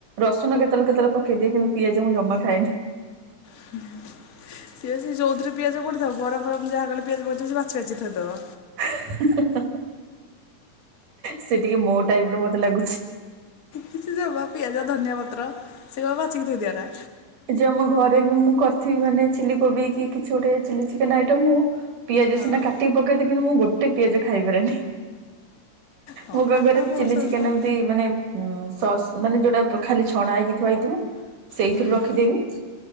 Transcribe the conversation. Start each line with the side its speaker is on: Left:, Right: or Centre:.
Right: ରସୁଣ କେତେଳେ କେତେଳେ ପକେଇ ଦିଏ କିନ୍ତୁ ପିଆଜ ଜ ମୁଁ ଜମା ଖାଏ
Left: ସିଏବି ସେ ଯଉଥିରେ ପିଆଜ ପଡ଼ିଥାଉ ବରା ଫରା ମୁଁ ଯାହା କଲେ ପିଆଜ ପଡ଼ିଥିବ ସେ ବାଛି ବାଛି ଥୋଇଦବ।
Right: ହ ହ ସେ ଟିକେ ମୋ ଟାଇପ୍ ର ମତେ ଲାଗୁଛି
Left: କିଛି ସେ ବା ପିଆଜ ଧନିଆ ପତ୍ର ସେ ପା ବାଛିକି ଥୋଇ ଦିଆରା।
Right: ଏ ଯେଉ ଆମ ଘରେ ବି ମୁଁ କରିଥିବି ମାନେ ଚିଲ କୋବି କି କିଛି ଗୋଟେ ଚିଲି ଚିକେନ୍ ଆଇଟମ୍ ହଉ ପିଆଜ
Left: ହଁ
Right: ସିନା କାଟିକି ପକାଇଦିଏ କିନ୍ତୁ ମୁ ଗୋଟେ ପିଆଜ ଖାଇପାରେନି।
Left: ହଁ
Right: ମୁଁ କଣ
Left: କାହା
Right: କରେ
Left: କାହାକୁ
Right: ଚିଲି
Left: ପସନ୍ଦ
Right: ଚିକେନ୍
Left: ନୁହଁ।
Right: ଟା ଏମତି ମାନେ ହୁଁ, ସସ୍ ମାନେ ଯୋଉଟା ପ ଖାଲି ଛଣା ହେଇକି ଥୁଆ ହେଇଥିବ ସେଇଥିରୁ
Left: ହୁଁ
Right: ରଖିଦେବି।